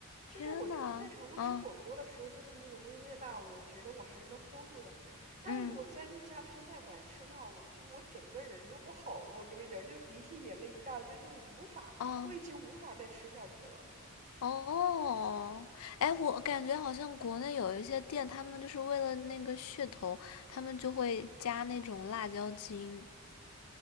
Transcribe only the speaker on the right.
就是我之前在成都吃火锅的时候，
就是那种微微辣，我觉得我还是能 hold 住的。但我在那家川菜馆吃辣，
我就我整个人都不好了，我跟你讲，就是鼻涕眼泪一大堆，就无法，
我已经无法再吃下去了。